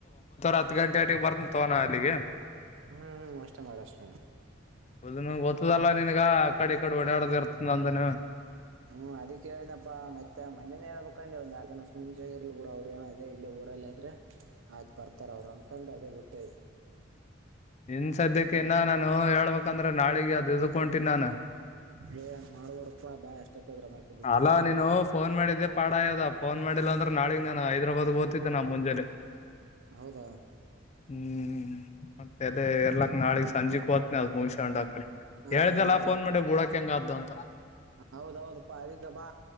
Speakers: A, on the left; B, on the right.
A: ಹತ್ತು ಗಂಟೆಟಿಗೆ ಬರ್ತನ ತಗೋ ಅಲ್ಲಿಗೆ.
B: ಹ್ಮ್ ಅಷ್ಟ ಮಾರಷ್ಟ.
A: ಹದ್ ಗೊತ್ತದಲ್ಲಾ ನನ್ಗ ಆ ಕಡೆ ಈ ಕಡೆ ಓಡಾಡದ ಇರ್ತದ ನಂದುನು.
B: ಹ್ಮ್ ಅದಿಕ್ಕೆೇಳನಪ್ಪ ಮತ್ತೆ ಮನೇ ಹೇಳ್ಬೇಕಂದೆ ಒಂದ ಎರ್ಡ್ ದ ಅಸ ಮುಂಚೆ ಇರ್ ಬಿಡ ಅವ್ರ ಏನದೆ ಇ ಊರಲ್ಲೆ. ಆದರೆ ಆಯ್ತು ಬರ್ತಾರೆ ಅವರು ಅಂತಂದು ಅದೇ ಬಿಟ್ಟೆ.
A: ಇನ್ ಸದ್ಯಕ್ಕೆ ಇನ್ನ ನಾನು ಹೇಳ್ಬೇಕಂದ್ರೆ ನಾಳಿಗೆ ಅದು ಇದಕೊಂತಿ ನಾನು.
B: ಏಂಗ ಮಾಡ್ಬೋಡಪ್ಪಾ ಬಾ ಎಷ್ಟತ್ತದ್ರ ಮತ್.
A: ಅಲ್ಲಾ ನೀನು ಫೋನ್ ಮಾಡಿದ್ದೆ. ಪಾ ಅದ ಪವನ್ ಮಾಡಿಲ್ಲ ಅಂದ್ರ ನಾಳಿಗೆ ಹೈದರಾಬಾದ್ ಹೋಗ್ತಿದ್ದೆ ನಾ ಮುಂಜೇಲಿ.
B: ಹೌದಾ
A: ಹ್ಮ್ ಮತ್ತೆ ಅದೇ ಇರ್ಲಾಕ್ ನಾಳಗ್ ಸಂಜೆಕ್ ಹೋನಿ ಅದ್ ಮುಗಿಸಕೊಂಡಾಕೊಂಡ.
B: ಹಾಂ
A: ಹೇಳ್ದಲ್ಲ
B: ಹಾಂ
A: ಫೋನ್ ಮಾಡಿ ಬೂಡಕ್ ಹೆಂಗಾದ್ದು ಅಂತ.
B: ಹೌದೌದಪ್ಪಾ ಅದಕ್ಕೆ ಬಾ